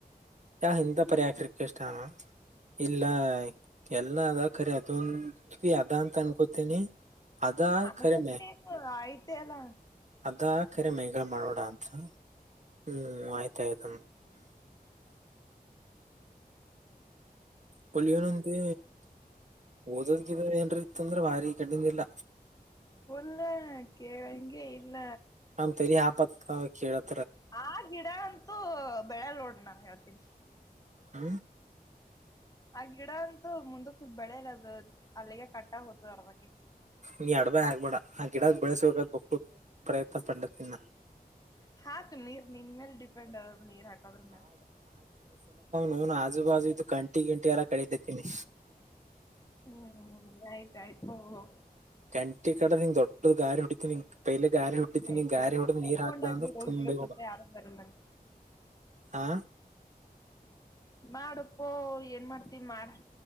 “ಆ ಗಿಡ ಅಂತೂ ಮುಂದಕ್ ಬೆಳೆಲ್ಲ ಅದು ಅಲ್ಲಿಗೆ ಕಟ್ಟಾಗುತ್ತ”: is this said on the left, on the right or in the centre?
Left